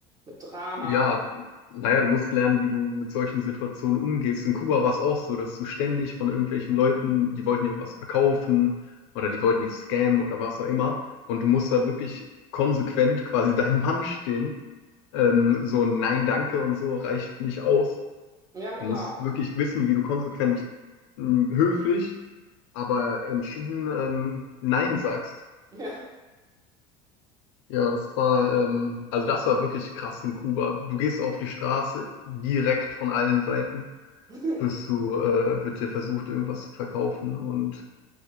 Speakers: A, on the right; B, on the left.
A: mit Drama.
B: Ja, naja, du musst lernen, wie du mit solchen Situationen umgehst. In Kuba war es auch so, dass du ständig von irgendwelchen Leuten, die wollten dir was verkaufen oder die wollten dich scammen oder was auch immer. Und du musst da wirklich konsequent quasi <laughs> deinen Mann stehen. Ähm, so ein Nein, danke und so reicht nicht aus.
A: Ja, genau.
B: Du musst wirklich wissen, wie du konsequent, mh, höflich, aber entschieden, ähm, Nein sagst.
A: Ja.
B: Ja, das war, ähm, also das war wirklich krass in Kuba. Du gehst auf die Straße direkt von allen Seiten,
A: <laughs>
B: bist du, äh, wird dir versucht, irgendwas zu verkaufen und